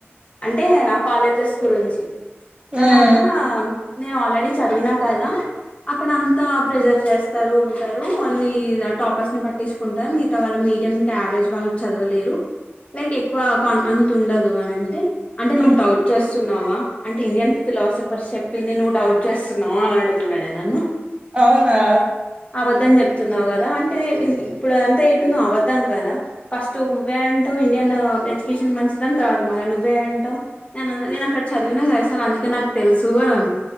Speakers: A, on the left; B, on the right.
A: అంటే కాలేజెస్ గురించి
B: హ్మ్
A: నేననా నేను ఆల్రెడీ చదివినా కదా అక్కడ అంతా ప్రెజర్ చేస్తారు ఉంటారు న్లీ టాపర్స్ ని పట్టించుకుంటారు మిగతా వాళ్ మీ మీడియం కీ యావరేజ్ వాళ్ళు చదవలేరు లైక్ ఎక్కువ అంత ఉండదు అని అంటే అంటే
B: హ్మ్
A: నువ్వు డౌట్ చేస్తున్నావా అంటే ఇండియన్ ఫిలాసఫర్ చెప్ పిన్ని నుూ అవుట్ చేస్తున్నావా అని అండుతున్నాడే నన్ను
B: అవునా
A: అబద్ధం చెప్తున్నావు కదా అంటే ఇప్పుడు అంతా చెప్పి నువ్వువద్ ద్దాం కదా ఫస్ట్ నువ్వే అంటావు ఇండియన్ ఎడ్యుకేషన్ మంచిదని తర్వాత మళా నువ్వే అంటావు నేనను నేను అక్కడ చదివినా కదా సార్ అందుకే నాకు తెలుసు అని